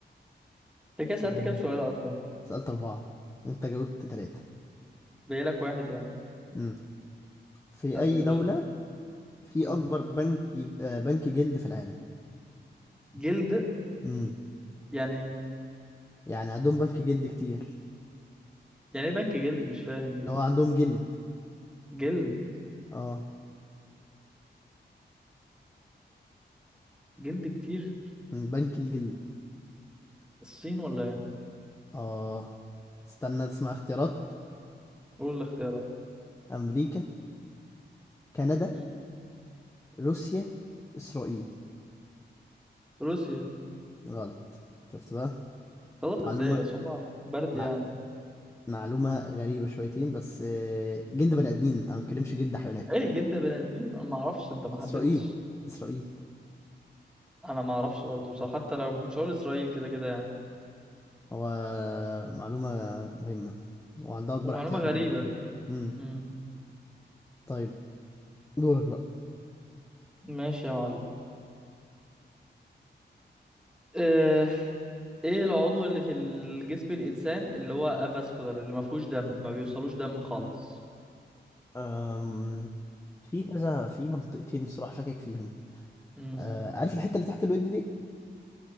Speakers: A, in the centre; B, on the left.
A: انت كده سألت
B: أنا
A: كام سؤال اصلا
B: سألت أربعة وانت جاوبت ثلاثة
A: باقيلك واحد يعني
B: امم في
A: طب
B: اي
A: يا باشا
B: دولة في
A: مم.
B: اكبر بنك ج- آه، بنك جلد في العالم
A: جلد
B: امم
A: يعني
B: يعني عندهم بنك جلد كتير
A: يعني ايه بنك جلد مش فاهم
B: اللي هو عندهم جلد
A: الجلد
B: اه
A: جلد كتير
B: مم، بنك الجلد
A: الصين ولا ايه
B: اه استنى تسمع اختيارات
A: قول الاختيارات
B: امريكا كندا
A: مم.
B: روسيا اسرائيل
A: روسيا
B: غلط شفت بقى
A: غلط
B: معلومة
A: ازاي بس هما برد
B: مع...
A: يعني
B: معلومة غريبة شويتين بس آه، جلد بني آدمين انا ما بتكلمش جلد حيوانات
A: ايه جلد بني ادمين انا ما اعرفش انت ما حددتش
B: اسرائيل اسرائيل
A: انا ما اعرفش برضه بصراحه حتى لو ما كنتش هقول اسرائيل كده كده يعني
B: هو معلومة مهمة وعندها اكبر
A: ومعلومه
B: احتياطي
A: غريبه
B: جلد كمان امم
A: مم.
B: طيب دورك بقى
A: ماشي يا معلم اه... ايه العضو اللي في الجسم الانسان اللي هو افاسكولار اللي ما فيهوش دم ما بيوصلوش دم خالص
B: أم... في كذا في منطقتين الصراحة شاكك فيهم
A: مم.
B: أه... عارف الحتة اللي تحت الود دي؟